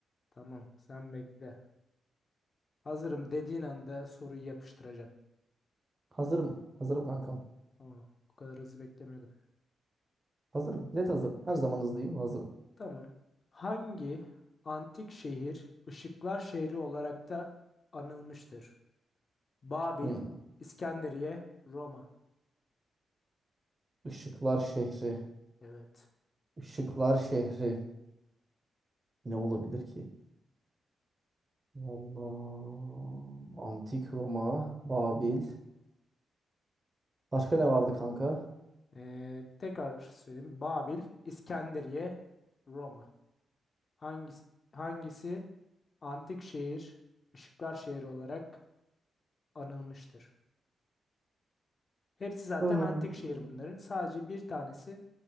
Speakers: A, on the left (about 45°); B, on the right (about 30°).
A: tamam sen bekle. Hazırım dediğin anda soruyu yapıştıracağım.
B: Hazırım. Hazırım kankam.
A: Aa, bu kadar hızlı beklemiyordum.
B: Hazırım. Net hazırım. Her zaman hızlıyım. Hazırım.
A: Tamam. Hangi antik şehir ışıklar şehri olarak da anılmıştır? Babil,
B: Hmm.
A: İskenderiye, Roma.
B: Işıklar şehri.
A: Evet.
B: Işıklar şehri. Ne olabilir ki? Vallahi antik Roma, Babil. Başka ne vardı kanka?
A: Ee, tekrar söyleyeyim. Babil, İskenderiye, Roma. Hangisi, hangisi antik şehir, ışıklar şehri olarak anılmıştır? Hepsi zaten
B: Aa,
A: antik şehir bunların. Sadece bir tanesi